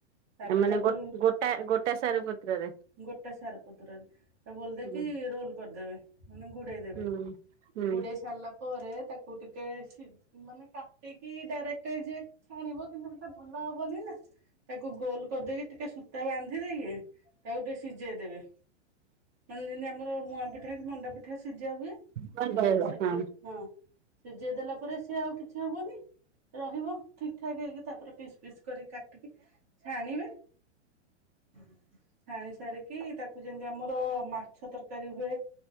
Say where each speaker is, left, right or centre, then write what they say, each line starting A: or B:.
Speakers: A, on the right; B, on the right.
A: ତାପରେ
B: ଏ ମାନେ
A: ତାକୁ
B: ଗୋ ଗୋଟା ଗୋଟା ସାରୁ ପତ୍ରରେ
A: ଗୋଟା ସାରୁ ପତ୍ରରେ ତା ବୋଳି ଦେଇକି
B: ହୁଁ
A: ରୋଲ କରିଦେବେ। ମାନେ ଗୁଡେଇ ଦେବେ
B: ହୁଁ। ହୁଁ। ହୁଁ।
A: ଗୁଡେଇ ସାରିଲା ପରେ ତାକୁ ଟିକେ ସି ମାନେ କାଟିକି ଡାଇରେକ୍ଟ ଯିଏ ଛାଣିବ କିନ୍ତୁ ହେତେ ଭଲ ହବନି ନା ତାକୁ ଗୋଲ କରିଦେଇକି ଟିକେ ସୂତା ବାନ୍ଧି ଦେଇକି ତାକୁ ଟିକେ ସିଝେଇଦବେ। ମାନେ ଯେମିତି ଆମର ମୁଆଁ ପିଠା କି ମଣ୍ଡା ପିଠା ସିଝା ହୁଏ।
B: ଜାଣିପାଇଲ
A: ସେମିତି ସିଝେ
B: ହଁ।
A: ହଁ ସିଜେଇ ଦେଲା ପରେ ସିଏ ଆଉ କିଛି ହବନି ରହିବ ଠିକ୍ ଠାକ୍ ହେଇକି ତାପରେ ପିସ୍ ପିସ୍ କରିକି କା ଟିକି ଛାଣିବେ ଛାଣି ସାରିକି ତାକ୍ ତାକୁ ଯେମିତି ଆମର ମାଛ ତରକାରୀ ହୁଏ